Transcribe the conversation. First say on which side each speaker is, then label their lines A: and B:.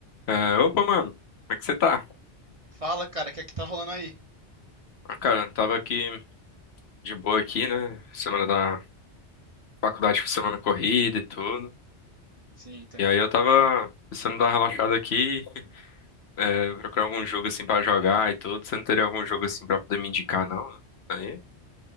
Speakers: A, on the left (about 65°); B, on the right (about 40°).
A: É, opa, mano, como é que você tá?
B: Fala, cara, o que é que tá rolando aí?
A: Ah, Cara, eu tava aqui de boa aqui, né? Semana da faculdade foi semana corrida e tudo.
B: Sim, entendo.
A: E aí eu tava pensando em dar uma relaxada aqui, é, procurar algum jogo assim pra jogar e tudo. Você não teria algum jogo assim pra poder me indicar, não? Aí,